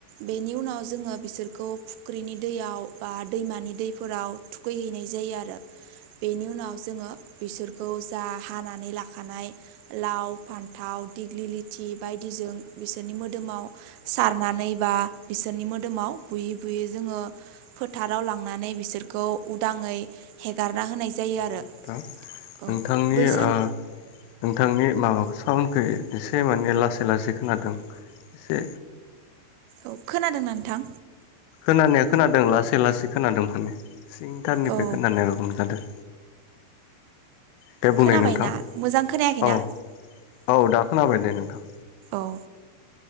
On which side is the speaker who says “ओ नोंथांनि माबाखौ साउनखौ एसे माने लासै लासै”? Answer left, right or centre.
Left